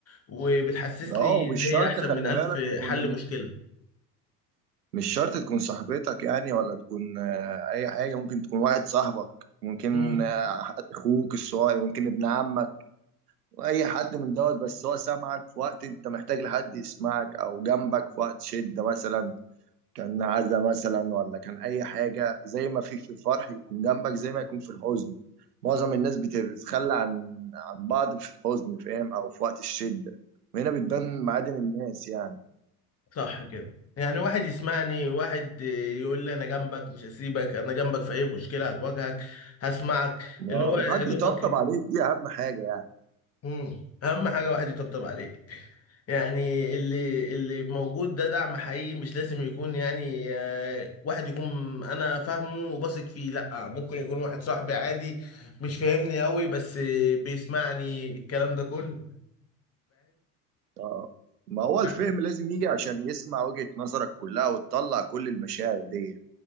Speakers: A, on the left (about 30°); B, on the right (about 80°).
A: وبتحسسني
B: اه ومش
A: ان هي
B: شرط
A: احسن
B: خلي
A: من الف
B: بالك تكون
A: حل مشكله
B: مش شرط تكون صاحبتك يعني ولا تكون آه، اي حاجة ممكن تكون واحد صاحبك ممكن
A: مم.
B: آه، اخوك الصغير ممكن ابن عمك واي حد من دوت بس هو سامعك في وقت انت محتاج لحد يسمعك او جنبك في وقت شدة مثلا كان عزا مثلا ولا كان اي حاجه زي ما في في الفرح يكون جنبك زي ما يكون في الحزن معظم الناس بت- بتتخلى عن عن بعض في الحزن فاهم او في وقت الشده وهنا بتبان معادن الناس يعني
A: صح كده يعني واحد يسمعني واحد يقول لي انا جنبك مش هسيبك انا جنبك في اي مشكله هتواجهك هسمعك
B: ما-
A: اللي هو
B: وحد
A: يا دوبك
B: يطبطب عليك دي اهم حاجه يعني
A: مم. اهم حاجه واحد يطبطب عليك يعني اللي اللي موجود ده دعم حقيقي مش لازم يكون يعني آه، واحد يكون انا فاهمه وبثق فيه لا ممكن يكون واحد صاحبي عادي مش فاهمني قوي بس بيسمعني الكلام ده كله
B: آه. ما هو الفهم
A: فاهم
B: لازم يجي عشان يسمع وجهة نظرك كلها وتطلع كل المشاعر دي